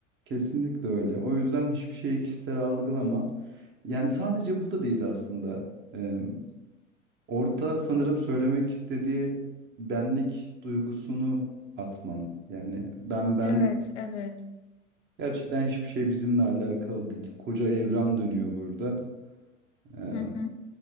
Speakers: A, on the right; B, on the left.
A: kesinlikle öyle. O yüzden hiçbir şeyi kişisel algılama. Yani sadece bu da değil aslında. E, orada sanırım söylemek istediği benlik duygusunu atman. Yani ben ben
B: Evet, evet.
A: Gerçekten hiçbir şey bizimle alakalı değil. Koca evren dönüyor burada. Ee,
B: Hı hı.